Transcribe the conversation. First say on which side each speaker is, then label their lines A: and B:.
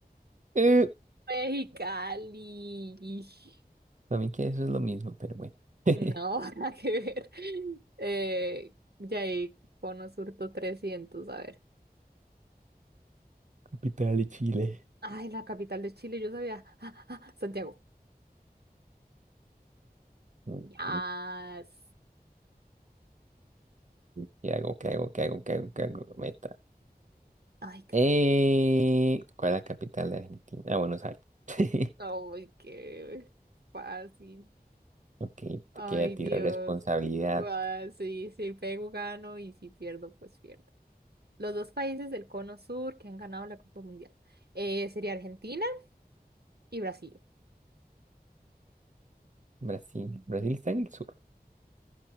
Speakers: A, on the right; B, on the right.
A: Eh,
B: Mexicali.
A: para mí que eso es lo mismo, pero bueno. <laughs>
B: No, <laughs> nada que ver. Eh, ya ahí, Cono Surto trescientos a ver.
A: Capital de Chile.
B: Ay, la capital de Chile, yo sabía. Ah, ah, Santiago.
A: Mm,
B: Yas.
A: mm, mm. ¿Qué hago? ¿Qué hago? ¿Qué hago? ¿Qué hago? ¿Qué hago? Meta.
B: Ay, qué
A: Eh,
B: fácil.
A: ¿cuál es la capital de Argentina? Ah, Buenos Aires. <laughs>
B: Ay, qué fácil.
A: Ok,
B: Ay,
A: te queda a ti
B: Dios.
A: la responsabilidad.
B: Guau, sí, si pego, gano y si pierdo, pues pierdo. Los dos países del Cono Sur que han ganado la Copa Mundial eh, sería Argentina y Brasil.
A: Brasil. Brasil está en el sur.